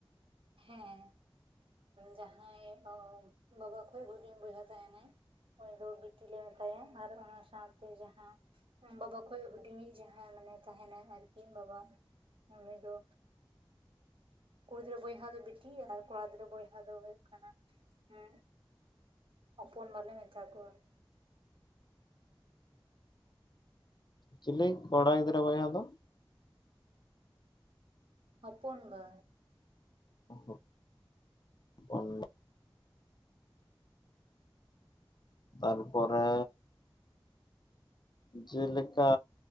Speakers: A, on the right; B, on the left.
A: ᱦᱮᱸ ᱡᱟᱦᱟᱸᱭ ᱵᱟᱵᱟ ᱠᱷᱚᱡ ᱦᱩᱪᱤᱧ ᱵᱚᱭᱦᱟ ᱛᱟᱦᱮᱸᱱᱟᱭ ᱩᱱᱤ ᱫᱚ ᱵᱤᱴᱤᱞᱮ ᱢᱮᱛᱟᱭᱟ᱾ ᱟᱨ ᱚᱱᱟ ᱥᱟᱶᱛᱮ ᱡᱟᱦᱟᱸ, ᱵᱟᱵᱟ ᱠᱷᱚᱡ ᱦᱩᱰᱤᱧᱤᱡ ᱡᱟᱦᱟᱸᱭ ᱢᱟᱱᱮ ᱛᱟᱦᱮᱸᱱᱟᱭ ᱟᱹᱨᱠᱤ ᱵᱟᱵᱟ ᱩᱱᱤ ᱫᱚ᱾ ᱠᱩᱲᱤ ᱜᱤᱫᱽᱨᱟᱹ ᱵᱚᱭᱦᱟ ᱫᱚ ᱵᱤᱴᱤ ᱟᱨ ᱠᱚᱲᱟ ᱜᱤᱫᱽᱨᱟᱹ ᱵᱚᱭᱦᱟ ᱫᱚ ᱦᱩᱭᱩᱜ ᱠᱟᱱᱟ ᱩᱜ ᱦᱚᱯᱚᱱ ᱵᱟᱞᱮ ᱢᱮᱛᱟ ᱠᱚᱣᱟ᱾
B: ᱪᱤᱞᱤ ᱠᱚᱲᱟ ᱜᱤᱫᱽᱨᱟᱹ ᱵᱚᱭᱦᱟ ᱫᱚ?
A: ᱦᱚᱯᱚᱱ ᱵᱟ᱾
B: <unintelligible> ᱛᱟᱨ ᱯᱚᱨᱮ᱾ ᱡᱮ ᱞᱮᱠᱟ